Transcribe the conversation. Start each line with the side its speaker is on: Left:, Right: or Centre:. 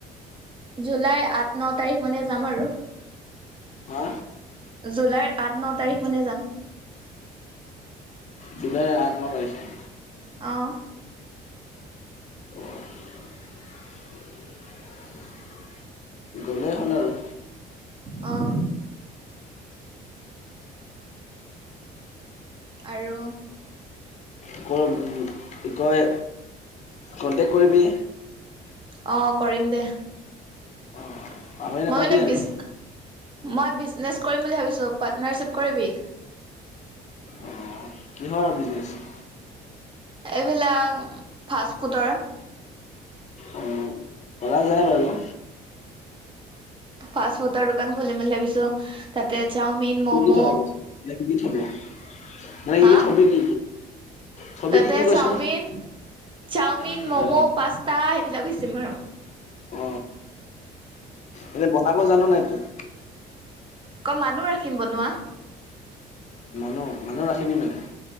Right: জুলাই আঠ ন তাৰিখ মানে যাম আৰু।
Left: হা
Right: জুলাইৰ আঠ ন তাৰিখ মানে যাম।
Left: জুলাইৰ আঠ ন তাৰিখে।
Right: অ'।
Left: <inaudible> গ'লেই হল আৰু।
Right: অ'। আৰু।
Left: <inaudible> কি কয় কন্টেক্ট কৰিবি।
Right: অ কৰিম দে
Left: অঁ পাহৰি নাপাবি
Right: মই মানে
Left: আৰু
Right: বিচ মই বিজনেছ। কৰিম বুলি ভাবিছোঁ, পাৰ্টনাৰশ্বিপ কৰিবি?
Left: অ', কিহৰ বিজনেছ?
Right: এইবিলাক ফাষ্ট ফুডৰ
Left: অ কৰা যায় বাৰু
Right: ফাষ্ট ফুডৰ দোকান খুলিম বুলি ভাবিছো তাতে চাওমিন
Left: কি
Right: মম'
Left: কি থব মানে কি থবি মানে
Right: হা
Left: ই থবি কি? থবি
Right: তাতে
Left: কি কি কৈছো
Right: চাওমিন চাওমিন
Left: অ',
Right: মম' পাস্তা সেইবিলাক বেচিম আৰু
Left: অ এনেই বনাব জান নাই তই
Right: অ মানুহ ৰাখিম বনোৱা
Left: মানুহ মানুহ ৰাখিবি মানে